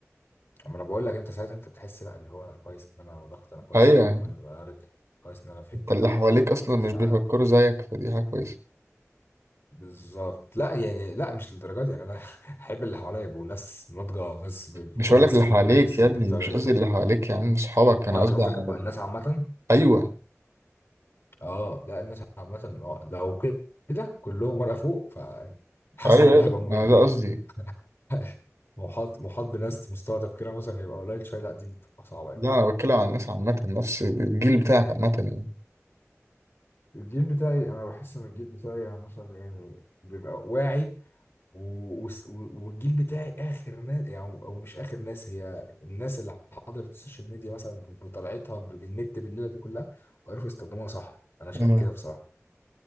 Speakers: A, on the left; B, on the right.
A: اما انا بقول لك انت ساعتها انت بتحس لا اللي هو انا كويس ان انا ضغط انا كويس
B: ايوه
A: ان انا دماغي اتغيرت كويس ان انا فهمت
B: انت اللي
A: ده
B: حواليك اصلا مش
A: ف
B: بيفكروا زيك فدي حاجة كويسة
A: بالظبط لا يعني لا مش للدرجه دي يعني انا <laughs> احب اللي حواليا يبقوا ناس ناضجه ناس بكل
B: مش هقول لك
A: سن
B: اللي حواليك
A: واللي س-
B: يا
A: ليه
B: ابني
A: طريقته
B: مش قصدي اللي حواليك يا عم اصحابك انا
A: اه انت
B: قصدي
A: قصدك
B: على
A: بقى الناس عامه
B: ايوه
A: اه لا الناس عامه اه لو كده كلهم ورقه فوق فحاسس
B: ايوه
A: الموضوع
B: ايوه
A: هيبقى ممل
B: انا ده
A: يعني
B: قصدي
A: <laughs> محاط محاط بناس مستوى تفكيرها مثلا هيبقى قليل شويه لا دي تبقى صعبه يعني
B: لا انا بتكلم عن الناس عامة نفس الجيل بتاعك عامة يعني
A: الجيل بتاعي انا بحس ان الجيل بتاعي يعني مثلا يعني بيبقى واعي و- وس- و- والجيل بتاعي اخر ناس يعني او مش اخر ناس هي الناس اللي حضرت السوشيال ميديا مثلا ب- بطلعتها ب- بالنت بالليله دي كلها وعرفوا يستخدموها صح انا شايف
B: مم.
A: كده بصراحه